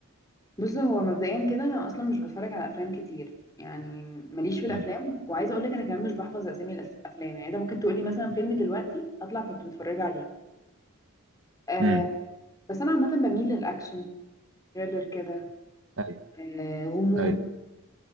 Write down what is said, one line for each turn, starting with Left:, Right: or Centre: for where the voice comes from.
Left: بص هو مبدئيا كده انا اصلا مش بتفرج على افلام كتير يعني ماليش في الافلام
Right: امم
Left: وعايزه اقول لك انا كمان مش بحفظ اسامي الافلام يعني انت ممكن تقول لي مثلا فيلم دلوقتي اطلع كنت بتفرج عليه أه
Right: امم
Left: بس انا عامه بميل للاكشن تhriller كده
Right: ايوه
Left: آه، غموض
Right: ايوه